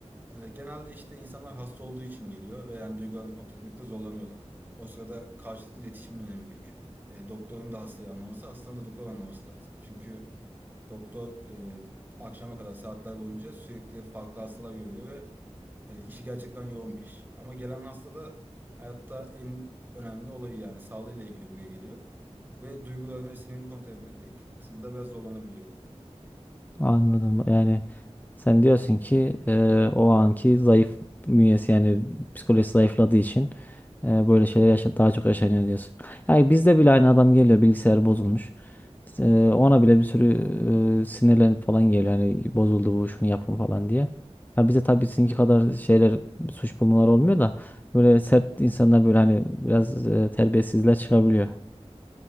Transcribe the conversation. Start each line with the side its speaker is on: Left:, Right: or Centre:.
Right: e, genelde işte insanlar hasta olduğu için geliyor ve yani duygularını kontrol etmekte zorlanıyorlar. O sırada karşılıklı iletişimin önemi büyük. E, doktorun da hastayı anlaması, hastanın da doktoru anlaması lazım. Çünkü Doktor e, akşama kadar saatler boyunca sürekli farklı hastalar görüyor ve e, işi gerçekten yoğun bir iş. Ama gelen hasta da hayatta en önemli olayı yani sağlığıyla ilgili buraya geliyor. Ve duygularını ve sinirini kontrol etmekte iki kısımda biraz zorlanabiliyor.
Left: Anladım. Yani sen diyorsun ki e, o anki zayıf bünyesi yani psikolojisi zayıfladığı için e, böyle şeyler yaşa daha çok yaşanıyor diyorsun. Yani bizde bile aynı adam geliyor bilgisayar bozulmuş. İşte, E, ona bile bir sürü e, sinirlenip falan geliyor. Yani bozuldu bu şunu yapın falan diye. Ya bize tabii sizinki kadar şeyler suç bulmalar olmuyor da böyle sert insanlar böyle hani biraz e, terbiyesizler çıkabiliyor.